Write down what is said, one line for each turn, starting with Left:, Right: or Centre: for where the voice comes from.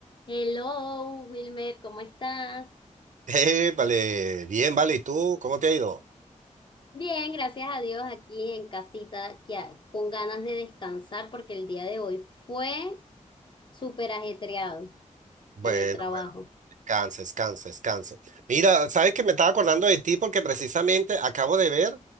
Left: Hello, Wilmer, ¿cómo estás?
Right: Eh, vale, bien, vale. ¿Y tú? ¿Cómo te ha ido?
Left: Bien, gracias a Dios aquí en casita, que a- con ganas de descansar porque el día de hoy fue súper ajetreado
Right: Bueno,
Left: en el trabajo,
Right: bueno, descansa, descansa, descansa. Mira, sabes que me estaba acordando de ti porque precisamente acabo de ver,